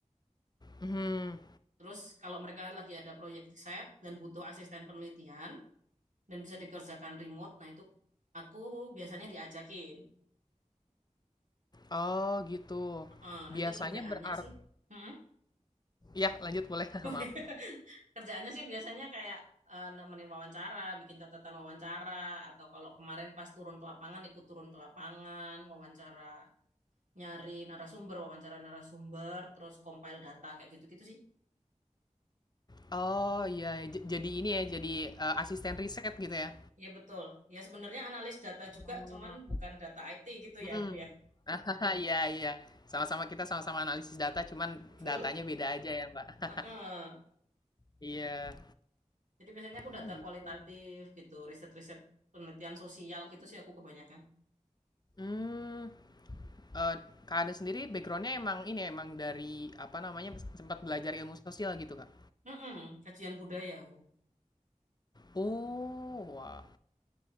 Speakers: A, on the left (about 35°); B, on the right (about 75°).
A: Mhm.
B: Terus kalau mereka lagi ada proyek riset dan butuh asisten penelitian dan bisa dikerjakan remote, nah itu aku biasanya diajakin.
A: Oh gitu.
B: Eh,
A: Biasanya
B: nanti kerjaannya
A: berarti
B: sih, Mm-mm.
A: ya lanjut boleh <laughs>
B: <laughs>
A: maaf.
B: Kerjaannya sih biasanya kayak eh, nemenin wawancara, bikin catatan wawancara, atau kalau kemarin pas turun ke lapangan ikut turun ke lapangan, wawancara nyari narasumber, wawancara narasumber, terus compile data kayak gitu-gitu sih.
A: Oh iya ja jadi ini ya jadi, eee, asisten riset gitu ya?
B: Iya betul. Ya sebenarnya analis data juga,
A: Oh.
B: cuman bukan data IT gitu
A: Mhm.
B: ya aku ya.
A: <laughs> Iya iya. Sama-sama kita sama-sama analisis data, cuman
B: <laughs> Betul.
A: datanya beda aja ya, Mbak. <laughs>
B: Heeh.
A: Iya.
B: Jadi biasanya aku
A: Oh,
B: data
A: gitu.
B: kualitatif gitu, riset-riset penelitian sosial gitu sih aku kebanyakan.
A: Mmm, kak Kakaknya sendiri backgroundnya emang ini ya, emang dari, apa namanya, sempat belajar ilmu sosial gitu, Kak?
B: Heeh, kajian budaya aku.
A: Oh, wah,